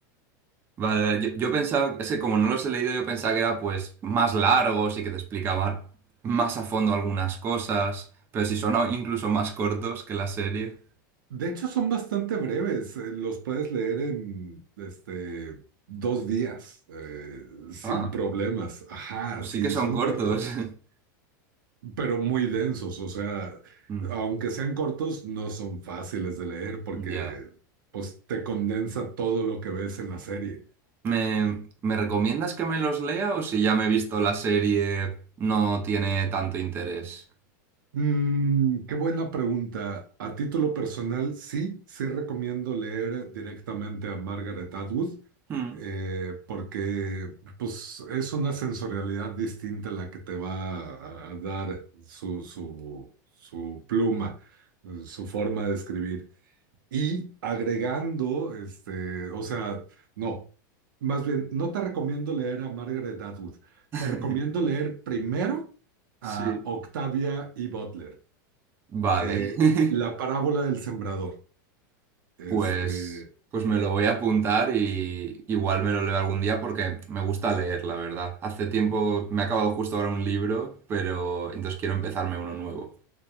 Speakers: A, on the right; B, on the right.
A: Vale, vale. yo, yo pensaba, es que como no los he leído, yo pensaba que era pues más largos y que te explicaban más a fondo algunas cosas, pero si son a- incluso más cortos que la serie.
B: De hecho, son bastante breves, eh, los puedes leer en este, dos días, eh, sin
A: Ah,
B: problemas. Ajá,
A: pues
B: sí,
A: sí que son
B: son
A: cortos.
B: cortos,
A: <laughs>
B: pero muy densos, o sea,
A: Mm.
B: aunque sean cortos, no son fáciles de leer porque
A: Ya.
B: pues, te condensa todo lo que ves en la serie.
A: ¿Me, me recomiendas que me los lea o si ya me he visto la serie no tiene tanto interés?
B: Mm, qué buena pregunta. A título personal, sí, sí recomiendo leer directamente a Margaret Atwood,
A: Hmm.
B: eh, porque pues, es una sensorialidad distinta la que te va a, a dar su, su, su pluma, eh, su forma de escribir. Y agregando, este, o sea, no, más bien, no te recomiendo leer a Margaret Atwood,
A: <laughs>
B: te recomiendo leer primero
A: Sí.
B: a Octavia E. Butler,
A: Vale.
B: eh,
A: <laughs>
B: La parábola del sembrador. Este,
A: Pues, pues me lo voy a apuntar y igual me lo leo algún día porque me gusta leer, la verdad. Hace tiempo me ha acabado justo ahora un libro, pero entonces quiero empezarme uno nuevo.